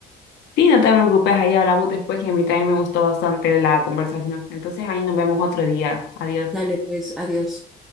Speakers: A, on the left; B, in the centre.
A: Sí, no te preocupes, ahí hablamos después y a mí también me gustó bastante la conversación. Entonces, ahí nos vemos otro día. Adiós.
B: Dale, pues, adiós.